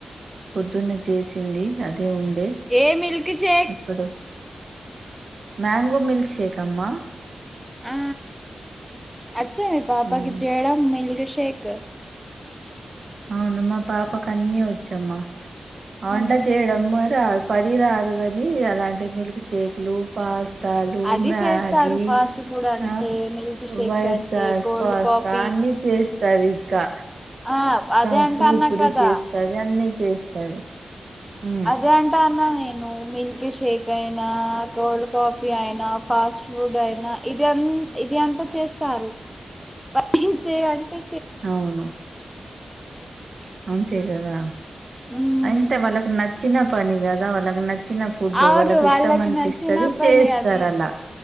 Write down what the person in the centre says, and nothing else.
ఏ మిల్కీ షేక్
ఆ అచ్చా మీ పాపకి
చేయడం మిల్క్ షేక్
ఉమ్.
అది
చేస్తారు ఫాస్ట్ ఫుడ్ అంటే
మిల్క్ షేక్స్
అంటే
కోల్డ్
కాఫీ
ఆ అదే
అంటాన్నా
కదా
అదే అంటన్న నేను మిల్క్ షేక్ అయినా కోల్డ్ కా ఫీ అయినా ఫాస్ట్ ఫుడ్ అయినా ఇది ఇది అంతా చేస్తారు పై చేయి అంటే
<inaudible>
ఉమ్.
అవును
నచ్చిన పని
అది